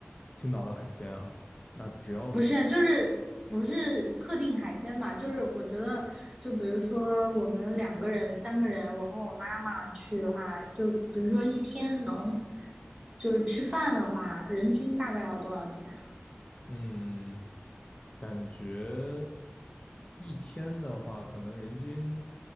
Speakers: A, on the left; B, on the right.
A: 青岛的海鲜啊，那只要
B: 不是，就是不是特定海鲜吧？就是我觉得，就比如说我们两个人、三个人，我和我妈妈去的话，就比如说一天能就是吃饭的话，人均大概要多少钱啊
A: 嗯，感觉一天的话，可能人均